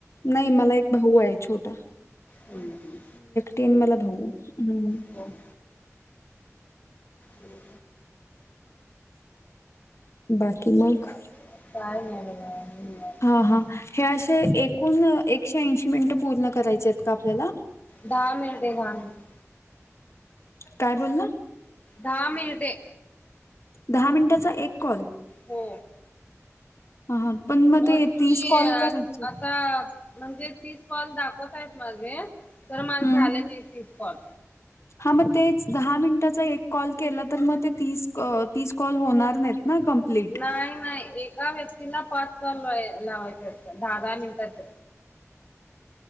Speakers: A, on the left; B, on the left.
A: नई मला एक भाऊय छोटा
B: हम्म हम्म
A: तीन मला भाऊ हूं
B: हो. आणि काय
A: बाकी मग
B: का- काय नाय बघा निवांत
A: हा हा हे असे एकूण एकशे ऐंशी मिनिटं पूर्ण करायचे आहेत का आपल्याला
B: दहा मिनिटे दहा मिनिटे
A: काय बोल ला
B: दहा मिनिटे
A: दहा मिनिटाचा एक कॉल
B: हो.
A: हा हा पण मग
B: म
A: ते
B: तुम्ही
A: तीस कॉल
B: अ
A: करायचे
B: आता म्हणजे तीस कॉल दाखवतायत माझे खरं
A: हम्म
B: माझ झाले नाय तीस कॉल
A: हा मग तेच दहा मिनिटाचा एक कॉल केला तर मग ते तीस अ तीस कॉल होणार नाहीत ना कम्प्लीट
B: नाही नाही एका व्यक् तिला पाच काल लाव लावायचे असत दहा दहा मिनिटाच